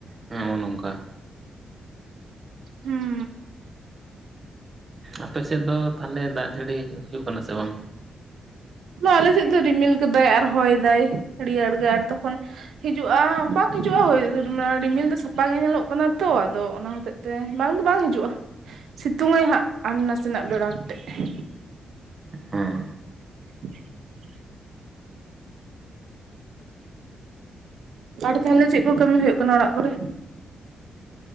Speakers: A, on the right; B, on the right.
A: ᱦᱚᱸ ᱱᱚᱜᱼᱚ ᱱᱚᱝᱠᱟ,
B: ᱦᱩᱸ
A: ᱟᱯᱮ ᱥᱮᱫ ᱫᱚ ᱛᱟᱦᱞᱮ ᱫᱟᱜ ᱡᱟᱹᱲᱤ ᱦᱩᱭᱩᱜ ᱠᱟᱱᱟ ᱥᱮ ᱵᱟᱝ?
B: ᱵᱟ ᱟᱞᱮ ᱥᱮᱫ ᱫᱚ ᱨᱤᱢᱤᱞ ᱠᱟᱫᱟᱭ ᱟᱨ ᱦᱚᱭ ᱫᱟᱭ ᱨᱮᱭᱟᱲ ᱜᱮ ᱟᱨ ᱛᱚᱠᱷᱚᱱᱼᱼ ᱦᱤᱡᱩᱜᱼᱟ ᱵᱟᱝ ᱦᱤᱡᱩᱜᱼᱟ ᱦᱳᱭ ᱟᱸ ᱨᱤᱢᱤᱞ ᱫᱚ ᱥᱟᱯᱟ ᱜᱮ ᱧᱮᱞᱚᱜ ᱠᱟᱱᱟ ᱛᱚ ᱟᱫᱚ ᱚᱱᱟ ᱦᱚᱛᱮᱡ ᱛᱮ ᱵᱟᱝ ᱫᱚ ᱵᱟᱝ ᱦᱤᱡᱩᱜᱼᱟ ᱥᱤᱛᱩᱝᱟᱭ ᱦᱟᱸᱜ ᱟᱨ ᱱᱟᱥᱮ ᱱᱟᱜ ᱵᱮᱲᱟ ᱠᱟᱛᱮᱫ ᱾
A: ᱦᱮᱸ
B: <unintelligible> ᱟᱨ ᱛᱟᱦᱞᱮ ᱪᱮᱫ ᱠᱚ ᱠᱟᱹᱢᱤ ᱦᱩᱭᱩᱜ ᱠᱟᱱᱟ ᱚᱲᱟᱜ ᱠᱚᱨᱮ?